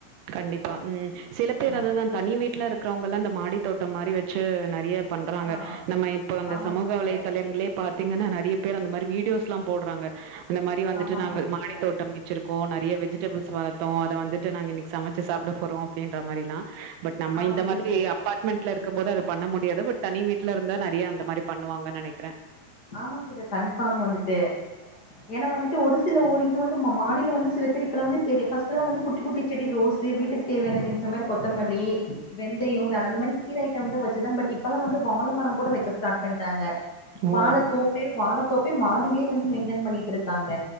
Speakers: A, on the right (about 85°); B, on the left (about 50°).
A: கண்டிப்பா உம் சில பேர்
B: ஆ
A: அததான் தனி வீட்டுல இருக்கறவங்கல்லாம் இந்த மாடி தோட்டம் மாதிரி வச்சு நிறைய பண்றாங்க
B: ஆ
A: நம்ம இப்ப அந்த
B: ஆமாங்க
A: சமூக
B: சிஸ்டர்
A: வலைதளங்களே பார்த்து பத்தீங்கன்னா நிறைய பேர் அந்த மாதிரி வீடியோஸ்லாம் போடுறாங்க. இந்த மாதிரி வந்துட்டு
B: ஆமா ஆமாங்க
A: நாங்கள் மாடி
B: சிஸ்டர்
A: தோட்டம் வச்சிருக் நிறைய வெஜிடபிள்ஸ் வளத்தோம் அத வந்துட்டு நாங்க இன்னிக்கு சமைச்சு சாப்பிட போறோம் அப்படின்ற மாதிரிலாம் பட் நம்ம
B: ஆமாங்க
A: இந்த மாதிரி
B: சிஸ்டர்
A: அபார்ட்மெண்ட்ல இருக் க்கும் போது பண்ண முடியாது பட் தனி வீட்ல இருந்தா நெறய அந்த மாரி பண்ணுவாங்கன்னு நெனைக்கிறே
B: ஆமாங்க சார் கன்ஃபார்ம் வந்துட்டு ஏன்னா வந்துட்டு ஒரு சில ஊர் இது வந்து மா மாடியில வந்து சில பேர் இப்பல்லா வந்து பெரிய பஸ்ட்லா வந்து குட்டி குட்டி செடி ரோஸ்ஸு வீட்டுக்கு தேவையான நீங்க சொன்ன மாரி கொத்தமல்லி வெந்தையோ வேரந்த மாரி கீரகட்டு வச்சு தா பட் இப்பெல்லா வந்து வால மரம் கூட வைக்க ஸ்டார்ட் பண்ட்டாங்க
A: ஓ!
B: வாழ தோப்பே வாழ தோப்பு <unintelligible> மாடிலே வந்து மெயின்டென் பண்ணிட்டுருக்காங்க